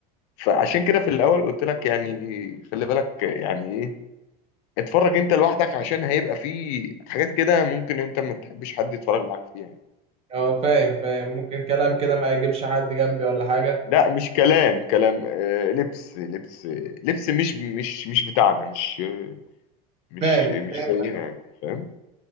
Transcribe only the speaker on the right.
اه فاهم فاهم ممكن كلام كده ما يجيبش حد جنبي ولا حاجة
فاهم
فهمتك